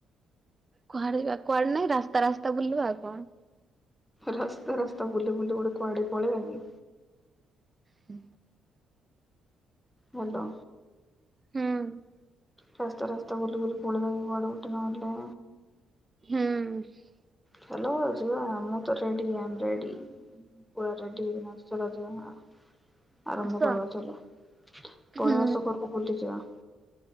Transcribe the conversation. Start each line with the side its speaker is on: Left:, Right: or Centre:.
Right: କୁଆଡେ ଜିବା କୁଆଡେ ନାଇଁ ରାସ୍ତା ରାସ୍ତା ବୁଲିବା ଆଉ କଣ।
Centre: ରାସ୍ତା ରାସ୍ତା ବୁଲି ବୁଲି ଗୋଟେ କୁଆଡେ ପଳେଇବାକି।
Right: ହୁଁ।
Centre: ହ୍ୟାଲୋ।
Right: ହୁଁ।
Centre: ରାସ୍ତା ରାସ୍ତା ବୁଲିବୁଲି ପଳେଇବା କୁଆଡେ ଗୋଟେ ନହେଲେ।
Right: ହୁଁ।
Centre: ଚାଲ ଯିବା ମୁଁ ତ ରେଡି ଆମ ରେଡି। ପୁରା ରେଡି, <unintelligible> ଆରମ୍ଭ
Right: ଆସ
Centre: କରବା ଚାଲ, ପଳା
Right: ହୁଁ
Centre: ଆସ କୁଆଡେ ବୁଲିଯିବା।